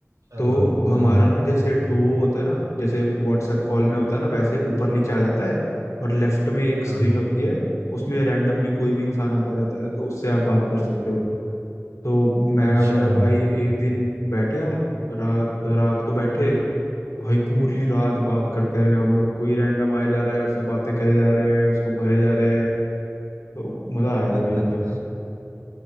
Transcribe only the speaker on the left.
तो हमारा
ना जैसे डुओ होता है ना जैसे व्हाट्सएप कॉल में
होता है ना वैसे ऊपर नीचे आ जाता है और लेफ्ट में एक स्क्रीन
होती है उसमें रैंडमली कोई भी इंसान आता रहता है तो उससे आप बात कर सकते हो तो मैं
और मेरा भाई एक दिन बैठे हम रा, रात को बैठे भाई पूरी रात बात करते रहे हम लोग कोई रैंडम आया जा रहा है उससे बातें करे जा रहे हैं उसको भरे जा रहे हैं तो मजा
आया था भाई एकदम